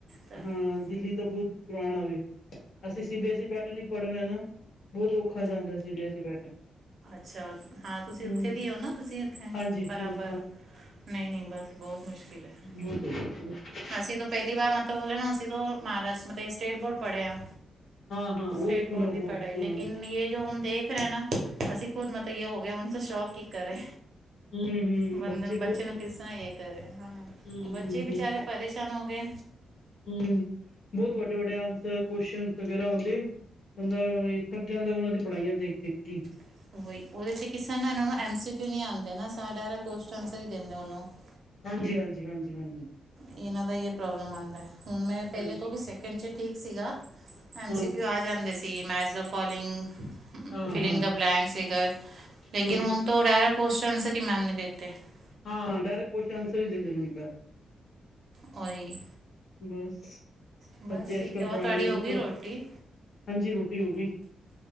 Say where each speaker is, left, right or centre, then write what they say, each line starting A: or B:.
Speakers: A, on the right (about 50°); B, on the left (about 55°).
A: ਚਲੋ
B: ਹਾਂ ਦਿੱਲੀ ਤਾਂ ਬਹੁਤ ਪੁਰਾਣਾ ਵੈ। ਅਸੀਂ C B S E pattern ਹੀ ਪੜ੍ਹਵੇ ਆ ਨਾ। ਬਹੁਤ ਔਖਾ ਜਾਂਦਾ C B S E pattern.
A: ਅੱਛਾ ਹਾਂ ਤੁਸੀਂ
B: ਹੂੰ
A: ਉੱਥੇ ਵੀ ਹੋ ਨਾ ਤੁਸੀਂ ਇੱਥੇ
B: ਹਾਂਜੀ
A: ਬਰਾਬਰ
B: ਹਾਂਜੀ
A: ਨਹੀਂ ਨਹੀਂ ਬਸ ਬਹੁਤ ਮੁਸ਼ਕਿਲ ਹੈ
B: ਹੂੰ ਹੋ <unintelligible>
A: ਅਸੀਂ ਤੋਂ ਪਹਿਲੀ ਵਾਰ ਮਤਲਬ ਬੋਲੇ ਨਾ ਅਸੀਂ ਤੋਂ ਮਹਾਰਾਸ਼ਟਰ ਮਾ ਸਟੇਟ ਬੋਰਡ ਪੜ੍ਹਿਆ।
B: ਹਾਂ ਹਾਂ
A: ਸਟੇਟ
B: ਉਹੀ ਪੂਨਾ
A: ਬੋਰਡ ਦੀ ਪੜ੍ਹਾਈ ਲੇਕਿਨ
B: ਹਾਂ ਹੂੰ
A: ਇਹ ਜੋ ਹੁਣ ਦੇਖ ਰਹੇ ਨਾ ਅਸੀਂ ਖੁਦ ਮਤਬਈ ਹੋ ਗਏ। ਸ਼ੌਕ ਹੀ ਕਰੇ।
B: ਹੂੰ ਹੂੰ
A: ਬੰਦੇ
B: ਬੱਚੇ
A: ਨੂੰ
B: ਬਹੁਤ।
A: ਨੂੰ ਕਿਸ ਤਰ੍ਹਾਂ ਇਹ ਕਰੇ
B: ਹੂੰ ਹੂੰ
A: ਬੱਚੇ ਬੇਚਾਰੇ
B: ਹੂੰ
A: ਪਰੇਸ਼ਾਨ ਹੋ ਗਏ।
B: ਹੂੰ। ਬਹੁਤ ਵੱਡੇ ਵੱਡੇ ਆਨਸਰ ਕਯੂਏਸ਼ਨਸ ਵਗੈਰਾ ਹੁੰਦੇ। ਬੰਦਾ ਇੱਥੇ ਜਾਂਦਾ ਉਹਨਾਂ ਦੀ ਪੜ੍ਹਾਈਆਂ ਦੇਖ ਦੇਖ ਕੇ ਹੀ।
A: <inaudible>
B: ਹਾਂਜੀ ਹਾਂਜੀ ਹਾਂਜੀ ਹਾਂਜੀ।
A: ਇਹਨਾਂ ਦਾ ਇਹ ਪ੍ਰੋਬਲਮ ਆਉਂਦਾ। ਹੁਣ ਮੈਂ
B: ਹਾਂਜੀ
A: ਪਹਿਲੇ ਤੋਂ ਵੀ ਸੈਕਿੰਡ ਚ ਠੀਕ। ਸੀਗਾ। ਐਮ
B: ਹਾਂ
A: ਸੀ ਕਿਉ ਆ ਜਾਂਦੇ ਸੀ, ਮੈਚ ਦਾ ਫੋਲੋਇੰਗ
B: ਹਾਂ
A: ਫਿਲਿੰਗ
B: ਹਾਂ
A: ਦਾ। <inaudible>
B: ਹੂੰ ਹਾਂ ਡਾਇਰੇਕਟ ਕੋਸਤਿਓਂਸ ਆਨਸਰ ਹੀ ਦੇਦੇ।
A: ਉਹੀ
B: ਬਸ।
A: ਬਸ
B: ਬੱਚੇ
A: ਠੀਕ
B: ਅੱਜ ਕੱਲ
A: ਹੈ ਔਰ
B: ਪੜ੍ਹਾਣੇ
A: ਤੁਹਾਡੀ
B: ਬਹੁਤ।
A: ਹੋ ਗਈ ਰੋਟੀ
B: ਹਾਂਜੀ ਰੋਟੀ ਹੋ ਗਈ।